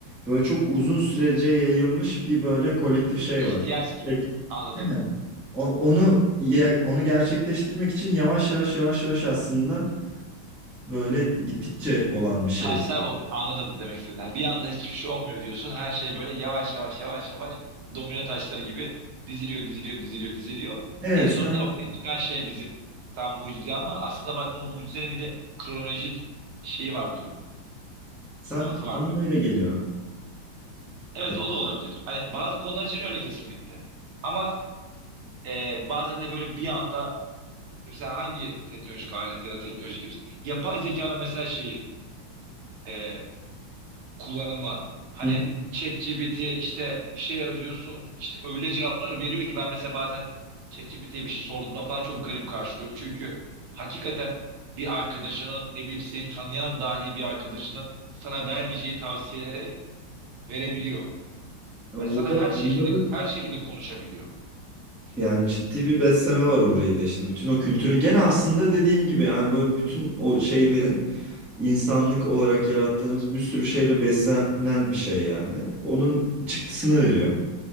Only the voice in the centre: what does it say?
Böyle çok uzun sürece yayılmış bir böyle kolektif şey
var.
Peki.
Aynen. O- Onu ye- onu gerçekleştirmek için yavaş yavaş yavaş yavaş aslında Böyle gittikçe olan bir şey.
Evet,
sanki,
sanki
bana
öyle geliyor.
Ya,
hı hı.
Orada,
onda
da
yani ciddi bir besleme var orayı da işte. Bütün o kültürün gene aslında dediğim gibi yani böyle bütün o şeylerin insanlık olarak yarattığımız bir sürü şeyle beslenen bir şey yani. Onun çıktısını veriyor.